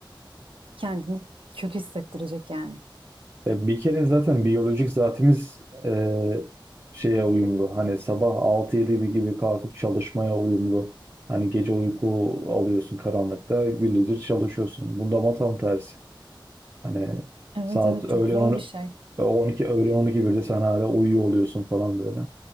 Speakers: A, on the right (about 85°); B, on the right (about 30°).
A: kendini kötü hissettirecek yani.
B: Ya bir kere zaten biyolojik zatimiz e, şeye uyumlu. Hani sabah altı yedi gibi kalkıp çalışmaya uyumlu. Hani gece uyku alıyorsun karanlıkta, gündüzü çalışıyorsun. Bunda ama tam tersi. Hani
A: Evet
B: saat
A: evet
B: öğlen
A: çok zor
B: on
A: bir şey.
B: e, 12 öğlen 12 birde sen hala uyuyor oluyorsun falan böyle.